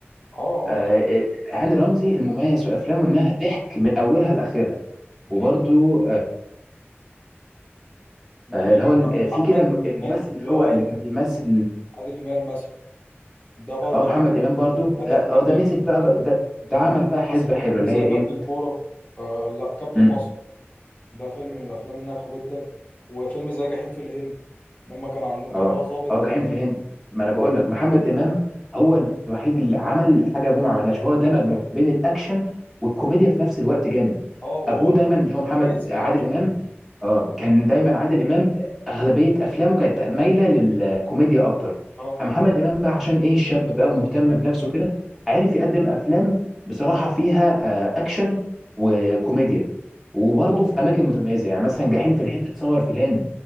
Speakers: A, on the left; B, in the centre.
A: اه اه
B: آه،
A: طبعا
B: آه، هاني رمزي المميز في أفلامه إنها ضحك من أولها لآخرها
A: اكيد
B: وبرضو
A: طبعا ممكن
B: آه، اللي هو ال- في
A: محمد
B: كده الم- الممثل
A: إمام
B: اللي
A: اللي
B: هو
A: هو
B: اللي
A: إيه؟
B: كان بيمثل
A: عادل امام مثلا ده برضه
B: اه محمد
A: عامل
B: امام برضو ده
A: اداء
B: اه
A: جميل
B: ده مسك بقى,
A: جدا
B: بقى ده, ده عمل
A: يعني عمل
B: بقى حسبة
A: مثلا فيلم
B: حلوة اللي
A: زي
B: هي ايه؟
A: كابتن كوره آه لا كابتن
B: مم.
A: مصر ده فيلم من الافلام الناجحه جدا وفيلم زي جحيم في الهند لما كان عنده كان
B: اه
A: هو ظابط
B: اه جحيم
A: و...
B: في الهند ما انا بقول لك محمد امام هو الوحيد اللي عمل حاجه ابوه ما عملهاش هو دمج ما بين الاكشن والكوميديا في نفس الوقت جامد
A: اه وهو
B: ابوه دايما
A: كمان
B: اللي هو محمد
A: متميز في
B: عادل
A: الاكشن
B: امام
A: يعني
B: اه كان دايما عادل امام اغلبيه افلامه كانت مايله
A: كوميدي
B: للكوميديا اكتر
A: اه
B: محمد امام بقى عشان ايه شاب بقى ومهتم بنفسه كده عارف يقدم افلام بصراحه فيها آه، اكشن وكوميديا وبرضه
A: اه طبعا
B: في اماكن متميزه يعني مثلا جحيم في الهند اتصور في الهند